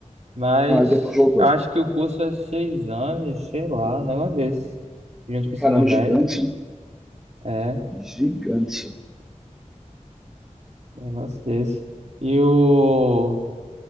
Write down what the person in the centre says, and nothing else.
Aí ah, depois voltou.
Caramba,
gigante, né?
Gigante.